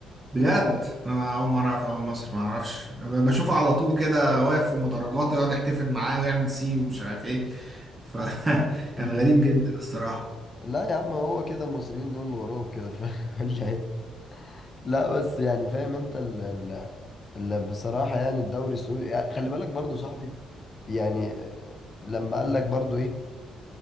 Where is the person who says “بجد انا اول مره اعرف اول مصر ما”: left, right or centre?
Right